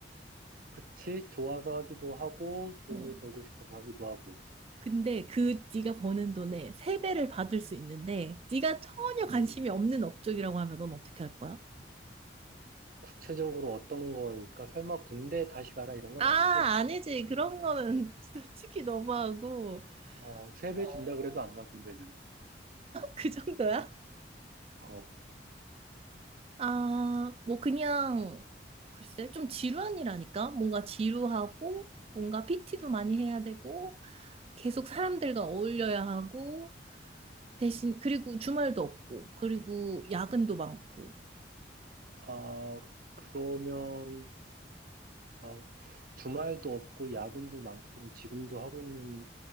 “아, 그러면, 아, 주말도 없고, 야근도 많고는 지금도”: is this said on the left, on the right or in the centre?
Right